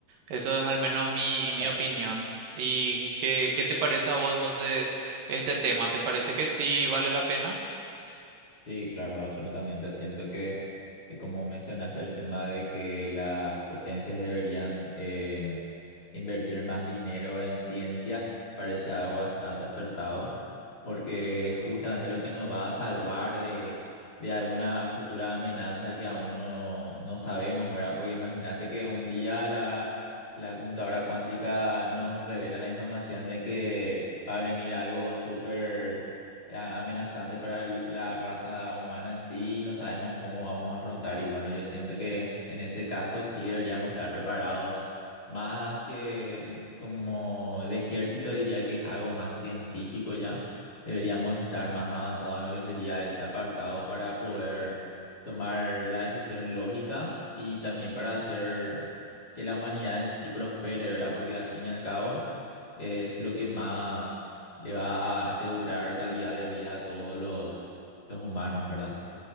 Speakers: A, on the right; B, on the left.
A: Eso es al menos mi, mi
B: claro
A: opinión. ¿Y qué, qué te parece a vos entonces este tema? ¿Te parece que sí vale la pena?
B: Sí, claro, absolutamente. Siento que, que como mencionaste, el tema de que las potencias deberían eh, invertir más dinero en ciencia parece algo bastante acertado, porque es justamente lo que nos va a salvar de, de alguna futura amenaza que aún no, no sabemos, ¿verdad? Porque imagínate que un día la, la computadora cuántica nos revela la información de que va a venir algo súper eh, amenazante para el- la raza humana en sí y no sabemos cómo vamos a afrontar. Y bueno, yo siento que en ese caso sí deberíamos estar preparados, más que como de ejército, diría que es algo más científico ya. Deberíamos estar más avanzados en lo que sería ese apartado para poder tomar la decisión lógica y también para hacer que la humanidad en sí prospere, ¿verdad? Porque al fin y al cabo es lo que más le va a asegurar calidad de vida a todos los, los humanos, ¿verdad?